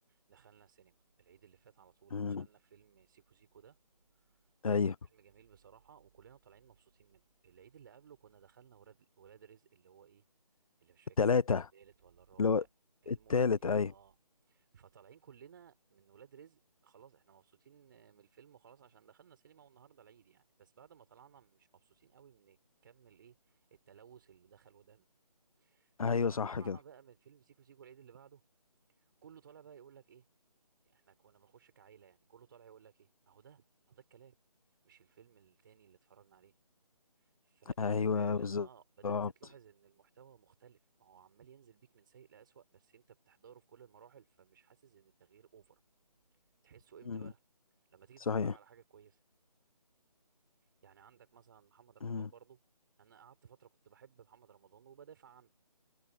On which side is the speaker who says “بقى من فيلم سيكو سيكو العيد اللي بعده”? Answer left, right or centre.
Right